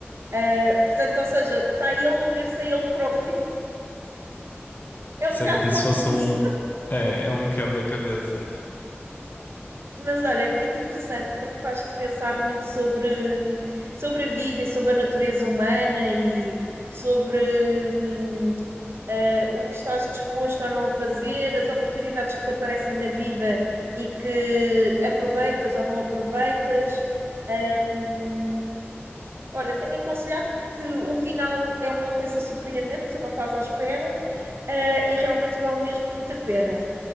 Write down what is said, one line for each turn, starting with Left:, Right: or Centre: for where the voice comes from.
Right: Uh, portanto, ou seja, está ele a ver-se a ele próprio. <laughs> É um
Left: Isso
Right: bocado
Left: é como
Right: confuso,
Left: se fosse um. É, é um quebra-cabeças.
Right: mas olha, é muito interessante porque faz-te pensar muito sobre, sobre a vida e sobre a natureza humana e sobre hum, eh, o que estás disposto ou não a fazer, as oportunidades que te aparecem na vida e que aproveitas ou não aproveitas. Hum, olha, tenho aconselhado porque o final é uma coisa surpreendente, tu não estás à espera, eh, e realmente vale mesmo muito a pena.